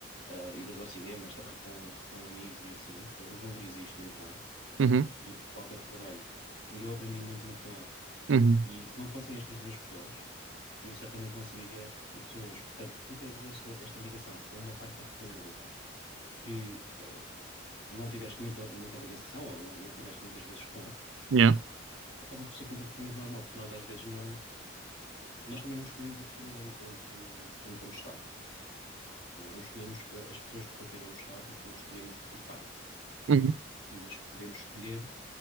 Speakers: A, on the left; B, on the right.
A: ah, idas ao cinema, estar com, com amigos e assim. Ele valoriza isto muito mais
B: uhum,
A: do que qualquer trabalho. E eu aprendi muito, muito com ele.
B: uhum,
A: E se não fossem estas duas pessoas, eu certamente não seria o que sou hoje. Portanto, tu tens esta, esta ligação com uma parte da família que ah, não tiveste muita, muita ligação ou não, não tiveste muitas vezes com,
B: yeah.
A: acaba por ser completamente normal, porque nós às vezes não, nós também não escolhemos a família onde, onde, onde vamos estar. Nós não escolhemos eh, as pessoas com quem vamos estar, não escolhemos os pais,
B: Uhum,
A: mas podemos escolher